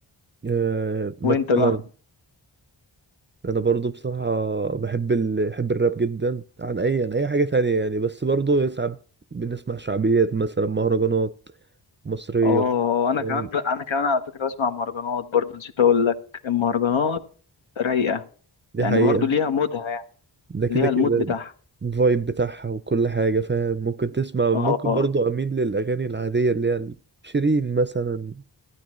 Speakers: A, on the right; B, on the left.
A: آه ماك
B: وانت
A: ميلر
B: بقى
A: انا برضو بصراحه بحب ال... بحب الراب جدا عن اي عن اي حاجه تانية يعني بس برضو ساعات بنسمع شعبيات مثلا مهرجانات مصريه
B: اه انا
A: فاهم؟
B: كمان ب... انا كمان على فكره بسمع مهرجانات برضه نسيت اقول لك المهرجانات رايقة
A: دي
B: يعني
A: حقيقه
B: برضو ليها مودها يعني
A: ده كده
B: ليها
A: كده
B: المود بتاعها
A: الفايب بتاعها وكل حاجه فاهم ممكن تسمع
B: اه
A: ممكن برضو اميل للاغاني العاديه اللي هي شيرين مثلا